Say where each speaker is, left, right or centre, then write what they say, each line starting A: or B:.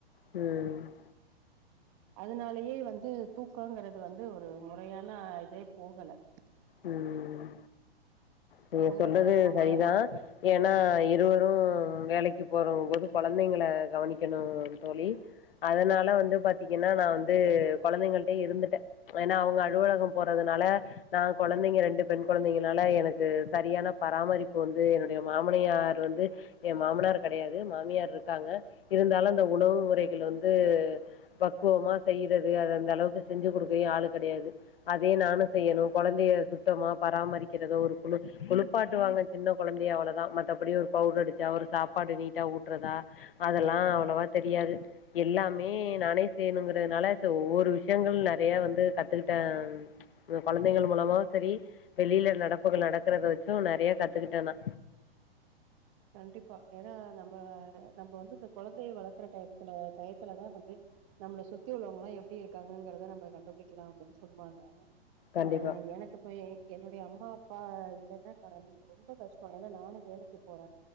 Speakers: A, on the left (about 60°); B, on the right (about 30°).
A: ம்
B: அதனாலயே வந்து தூக்கங்கறது வந்து ஒரு முறையான இதே போகல
A: ம் நீங்க
B: ரொம்ப
A: சொல்றது
B: சிரமமா
A: சரிதா
B: இருக்கு
A: ஏன்னா இருவரு வேலைக்கி போறங்க போது கொழந்தைங்கள கவனிக்கணு தோழி அதனால வந்து பாத்தீங்கன்னா நா வந்து கொழந்தைங்ள்ட்டயே இருந்துட்டே ஏன்னா அவுங்க அலுவலகம் போறதுனால நா கொழந்தைங்க ரெண்டு பெண் கொழந்தைங்கனால எனக்கு சரியான பராமரிப் இப்போ வந்து என்னுடைய மாமனியார் வந்து என் மாமனார் கடையாது மாமியார் இருக்காங்க இருந்தாலு இந்த உணவு முறைகள் வந்து பக்குவமா செய்யிறது அது அந்த அளவுக்கு செஞ்சு குடுக்கயு ஆளு கெடையாது அதே நானு செய்யணு கொழந்தைய சுத்தமா பராமரிக்கிறதோ ஒரு குழு குழுப்பாட்டு வாங்க சின்ன கொழந்தையை அவ்ளதா மத்தபடி ஒரு பவுட்ரு அடிச்சா ஒரு சாப்பாடு நீட்டா ஊட்டுறதா அதெல்லா அவ்வளவா தெரியாது எல்லாமே நானே செய்யணுங்கிறதுனால ஒவ்வொரு விஷயங்களு நறைய வந்து கத்துக்கிட்டே கொழந்தைகள் மூலமாவு சரி வெளியில நடப்புகள் நடக்கறத வச்சு நறைய கத்துக்கிட்டே நா
B: கண்டிப்பா ஏன்னா நம்ம நம்ப வந்து இந்த கொழந்தைய வளக்குற டைம்த்துல டயத்துலதா வந்து நம்மள சுத்தி உள்ளவுங்க எல்லா எப்டி இருக்காங்ககிறத நம்ம கண்டுபிடிக்கலா அப்டின்னு சொல்வாங்க
A: கண்டிப்பாக
B: ஆ எனக்கு போய் என்னுடைய அம்மா அப்பா இல்லைன்னா ரொம்ப கஷ்டோ ஏன்னா நானு வேலைக்கி போற